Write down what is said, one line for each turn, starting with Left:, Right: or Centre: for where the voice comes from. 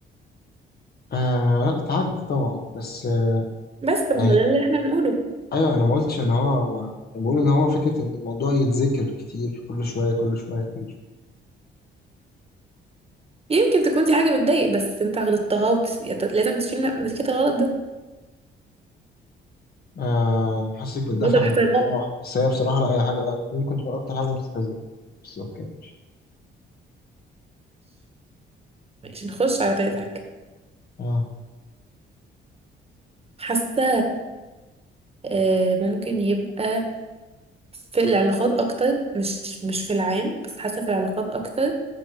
Left: آه لا تعدي طبعا بس آه
Right: بس طب
Left: يعني
Right: ما هو ده اللي احنا بنقوله
Left: ايوه انا ما قلتش ان هو انا بقول ان هو فكره ان الموضوع يتذكر كتير كل شويه كل شويه كل شويه
Right: يمكن تكون دي حاجة بتضايق بس انت غلطتها وت... يعني لازم تشيل نتيجة الغلط ده
Left: آه حاسسك بتدافع
Right: بدل
Left: عن
Right: حسب
Left: الموضوع
Right: الموقف
Left: بس هي بصراحه لا اي حاجه آه، دي ممكن تكون اكتر حاجه مستفزه بس اوكي ماشي
Right: ماشي نخش على تالت حاجة
Left: اه
Right: حاسة آه، ممكن يبقى في العلاقات أكتر مش مش في العام بس حاسة في العلاقات أكتر